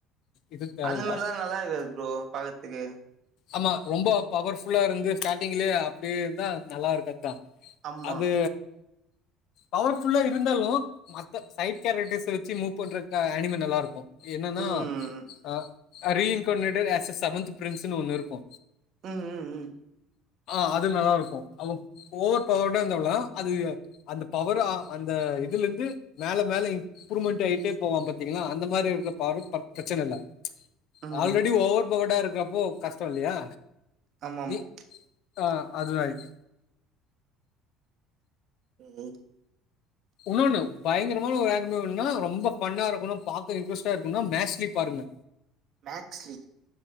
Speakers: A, on the left (about 55°); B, on the right (about 40°).
A: இது தேவல்ல
B: அதுமாரில்லா நல்லா இருக்காது ப்ரோ பாக்கறத்துக்கு
A: ஆமா ரொம்ப பவர்ஃபுல்லா இருந்து ஸ்டார்ட்டிங்லயே அப்டியே இருந்தா நல்லா இருக்காதுதா
B: ஆமா
A: அது பவர் ஃபுல்லா இருந்தாலு மத்த சைடு கேரக்டர்ஸ் வெச்சு மூவ் பண்ற அனிமி நல்லா இருக்கு என்னன்னா
B: ம்
A: அ ரீஇன்கோநெட்டு வெர்ஸஸ் செவன்த் பிரின்ஸ்னு ஒண்ணு இருக்கு
B: ம் ம் ம்
A: ஆ அது நல்லா இருக்கு அவ ஓவர் பவர்டு இருந்தாவுல அது அந்த பவர் ஆ அந்த இதுலந்து மேல மேல இம்ப்ரூமென்ட் ஆகிட்டே போவா பாத் திங்கனா அந்த மாரி இருக்க பவரு பா பிரச்சனை இல், ல
B: ம்
A: ஆல்ரெடி ஓவர் பவர்டா இருக்கப்போ கஷ்டோ இல்லயா
B: ஆமா ஆமா
A: நீ ஆ அது ஆயிட்
B: எ எயித்
A: உன்னோன்னு பயங்கரமான ஒரு ஆக்பே வேணுனா ரொம்ப ஃபன்னா இருக்கணு பாக்க இன்ட்ரெஸ்டா இருக்கனுனா மேஷ்லி பாருங்க
B: மேக்ஸ்லி